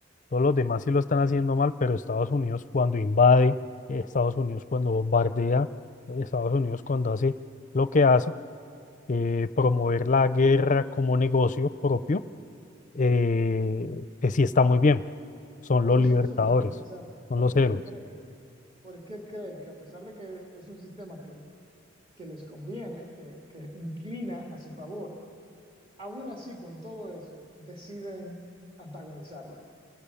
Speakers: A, on the left; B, on the right.
A: Todos los demás sí lo están haciendo mal, pero Estados Unidos cuando invade, eh, Estados Unidos cuando bombardea, eh, Estados Unidos cuando hace lo que hace, eh, promover la guerra como negocio propio, eh, eh, sí está muy bien. Son los
B: Por eso
A: libertadores,
B: me sorprende, o sea,
A: son
B: ¿por
A: los
B: qué
A: héroes.
B: cree? ¿Por qué cree que a pesar de que es un sistema que, que les conviene, que, que inclina a su favor, aún así con todo eso deciden antagonizarlo?